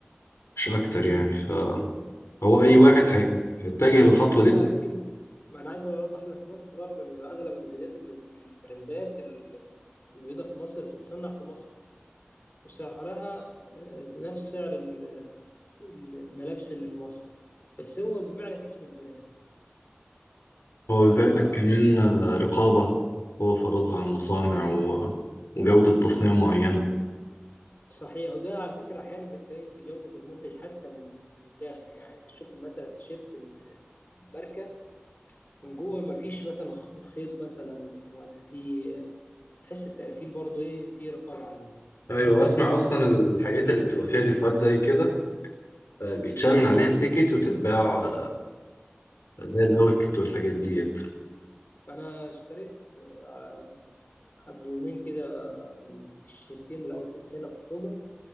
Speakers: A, on the left (about 80°); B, on the left (about 45°).
A: مش اكتر يعني فهو اي واحد
B: ما-
A: هي- هيتجه للخطوه
B: مع إن
A: دي
B: في ما أنا عايز أوضح لك نقطة برضه إن أغلب المنتجات اللي في البراندات ال- الموجودة في مصر بتتصنع في مصر وسعرها آه، نفس سعر ال- الملابس اللي في مصر بس هو بيبيع لك اسم البراند
A: هو
B: ف...
A: بيبقى كمان آه، رقابه هو فرضها على المصانع و- وجوده تصنيع معينه
B: صحيح وده على فكرة أحيانا بتلاقي في جودة المنتج حتى من من الداخل يعني أنت تشوف مثلا تيشيرت الماركة من جوه ما فيش مثلا خ- خيط مثلا ولا في تحس التقفيل برضه إيه في رقابة عليه
A: ايوه اسمع اصلا الحاجات اللي بتبقى فيها ديفوهات زي كده آه، بيتشال من عليها التيكت وتتباع آه، زي الاوتلت والحاجات ديت
B: فأنا اشتريت آه، على قبل يومين كده تيشيرتين من الأوتلت هنا في أكتوبر